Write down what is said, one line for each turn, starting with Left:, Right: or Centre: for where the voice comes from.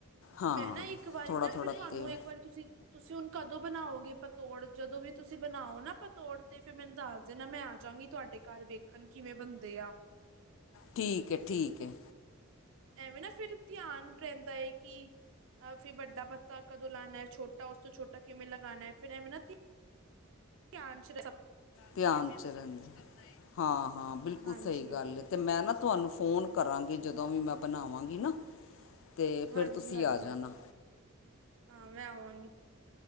Left: ਹਾਂ
Right: ਮੈਂ ਨਾ ਇੱਕ ਵਾਰੀ
Left: ਥੋੜ੍ਹਾ
Right: ਨਾ
Left: ਥੋੜ੍ਹਾ
Right: ਫਿਰ ਤੁਹਾਨੂੰ
Left: ਤੇਲ
Right: ਇੱਕ ਵਾਰੀ ਤੁਸੀਂ, ‌ਤੁਸੀਂ ਹੁਣ ਕਦੋਂ ਬਣਾਓਗੇ ਪਤੋੜ ਜਦੋਂ ਵੀ ਤੁਸੀਂ ਬਣਾਓ ਨਾ ਪਤੋੜ ਤੇ ਫਿਰ ਮੈਨੂੰ ਦੱਸ ਜਿਨਾ ਮੈਂ ਆ ਜਾਗੀ ਤੁਹਾਡੇ ਘਰ ਵੇਖ ਖਨਕੀ ਮ ਬੰਦਿਆ
Left: ਠੀਕ ਏ ਠੀਕ ਏ।
Right: ਐਵੇਂ ਨਾ ਫਿਰ ਧਿਆਨ ਰਹਿੰਦਾ ਏ ਕਿ ਅ ਵੱਡਾ ਪੱਤਾ ਕਦੋਂ ਲਾਉਣਾ ਹੈ ਛੋਟਾ ਉਸ ਤੋਂ ਛੋਟਾ ਕਿਵੇਂ ਲਗਾਉਣਾ ਹੈ ਫਿਰ ਐਵੇਂ ਨਾ ਧਿ, ਧਿਆਨ ਚ ਰ
Left: ਧਿਆਨ ਚ ਰ ਹਾਂ ਹਾਂ ਬਿਲਕੁਲ
Right: ਹਾਂਜੀ,
Left: ਸਹੀ ਗੱਲ ਏ ਤੇ ਮੈਂ ਨਾ ਤੁਹਾਨੂੰ ਫੋਨ ਕਰਾਂਗੀ। ਜਦੋਂ ਵੀ ਮੈਂ ਬਣਾਵਾਂਗੀ ਨਾ। ਅਤੇ ਫਿਰ
Right: ਹਾਂਜੀ
Left: ਤੁਸੀਂ
Right: ਹਾਂਜੀ,
Left: ਆ ਜਾਣਾ
Right: ਹਾਂ ਮੈਂ ਆਵਾਂਗੀ।